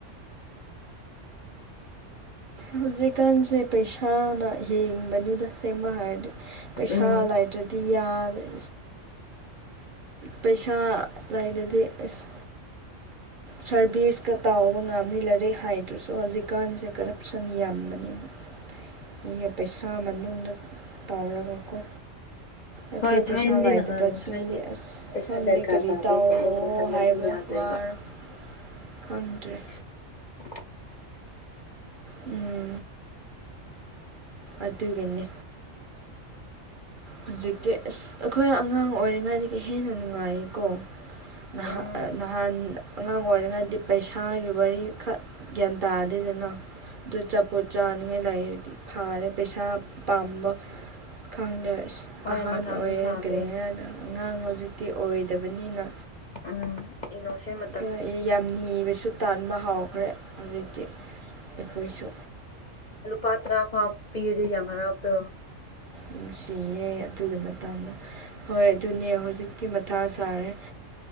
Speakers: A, on the right (about 45°); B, on the left (about 45°).
A: ꯍꯧꯖꯤꯛꯀꯥꯟꯁꯦ ꯄꯩꯁꯥꯅ ꯍꯤꯡꯕꯅꯤꯗ ꯑꯁꯦꯡꯕ ꯍꯥꯏꯔꯗꯤ ꯄꯩꯁꯥ
B: ꯎꯝ
A: ꯂꯥꯏꯇ꯭ꯔꯗꯤ ꯌꯥꯗ꯭ꯔꯦ ꯄꯩꯁꯥ ꯂꯥꯏꯗꯗꯤ ꯑꯁ ꯁꯔꯚꯤꯁꯀ ꯇꯥꯎꯕ ꯉꯝꯅꯤ ꯂꯥꯏꯔꯤꯛ ꯍꯥꯏꯗ꯭ꯔꯁꯨ ꯍꯧꯖꯤꯛꯀꯥꯟꯁꯦ ꯀꯔꯞꯁꯟ ꯌꯥꯝꯕꯅꯤꯅ ꯃꯤꯒ ꯄꯩꯁꯥ ꯃꯅꯨꯡꯗ ꯇꯥꯎꯔꯒꯀꯣ ꯑꯩꯈꯣꯏ
B: ꯍꯣꯏ ꯊꯥꯏꯅꯗꯤ
A: ꯄꯩꯁꯥ ꯂꯥꯏꯇꯕꯁꯤꯡꯗꯤ
B: ꯅꯍꯥꯟ ꯍꯥꯏꯗꯤ
A: ꯑꯁ
B: ꯄꯩꯁꯥ
A: ꯈꯪꯗꯦ
B: ꯗꯔꯀꯥꯔ
A: ꯀꯔꯤ
B: ꯇꯥꯗꯦ
A: ꯇꯥꯎꯋꯣ
B: ꯈꯣꯠꯂꯦ ꯍꯥꯏꯅ ꯍꯟꯗꯛꯇꯤ
A: ꯍꯥꯏꯕ
B: ꯌꯥꯗ꯭ꯔꯦꯕ
A: ꯋꯥꯔ ꯈꯪꯗꯔꯦ
B: <inaudible>
A: ꯎꯝ ꯑꯗꯨꯒꯤꯅꯤ ꯍꯧꯖꯤꯛꯇꯤ ꯑꯁ ꯑꯩꯈꯣꯏ ꯑꯉꯥꯡ ꯑꯣꯏꯔꯤꯉꯩꯗꯒꯤ ꯍꯦꯟꯅ ꯅꯨꯡꯉꯥꯏꯀꯣ ꯅꯍꯥꯟ
B: ꯎꯝ
A: ꯑꯉꯥꯡ ꯑꯣꯏꯔꯤꯉꯩꯗꯤ ꯄꯩꯁꯥ ꯊꯥꯒꯤ ꯋꯥꯔꯤꯈꯛ ꯒ꯭ꯌꯥꯟ ꯇꯥꯗꯦꯗꯅ ꯑꯗꯨ ꯆꯄꯣꯠ ꯆꯥꯅꯤꯡꯉꯥꯏ ꯂꯩꯔꯗꯤ ꯐꯥꯔꯦ ꯄꯩꯁꯥ ꯄꯥꯝꯕ ꯈꯪꯗꯦ ꯑꯁ
B: ꯍꯣꯏ
A: ꯑꯍꯥꯟꯕ
B: ꯃꯊꯥꯁꯨ
A: ꯑꯣꯏꯔꯦ
B: ꯁꯥꯗꯦ
A: ꯀꯔꯤ ꯑꯉꯥꯡ ꯍꯧꯖꯤꯛꯇꯤ ꯑꯣꯏꯗꯕꯅꯤꯅ
B: ꯎꯝ ꯏꯂꯣꯁꯤꯝ <inaudible>
A: ꯀꯩꯅꯣ ꯑꯦ ꯌꯥꯝ ꯅꯤꯕꯁꯨ ꯇꯥꯟꯕ ꯍꯥꯎꯈ꯭ꯔꯦ ꯍꯧꯖꯤꯛꯇꯤ ꯑꯩꯈꯣꯏꯁꯨ
B: ꯂꯨꯄꯥ ꯇꯔꯥ ꯐꯥꯎ ꯄꯤꯕꯗꯨ ꯌꯥꯝ ꯍꯔꯥꯎꯕꯗꯣ
A: ꯅꯨꯡꯁꯤꯌꯦ ꯑꯗꯨꯒꯤ ꯃꯇꯝ ꯍꯣꯏ ꯑꯗꯨꯅꯦ ꯍꯧꯖꯤꯛꯇꯤ ꯃꯊꯥ ꯁꯥꯔꯦ